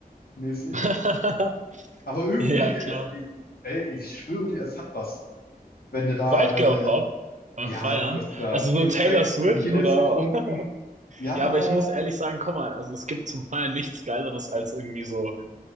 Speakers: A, on the left (about 75°); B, on the right (about 50°).
A: mäßig.
B: <laughs>
A: Aber irgendwie,
B: Ja,
A: äh,
B: klar.
A: ich- ey, ich schwöre dir, es hat was, wenn du da
B: White
A: deine,
B: Girl Pop beim
A: ja,
B: Feiern.
A: du hast da
B: Also nur
A: fünf,
B: Taylor
A: sechs
B: Swift
A: Guinness
B: oder.
A: getrunken.
B: <laughs>
A: Ja,
B: Ja, aber
A: ja,
B: ich
A: ja.
B: muss ehrlich sagen, komm mal, also es gibt zum Feiern nichts Geileres als irgendwie so.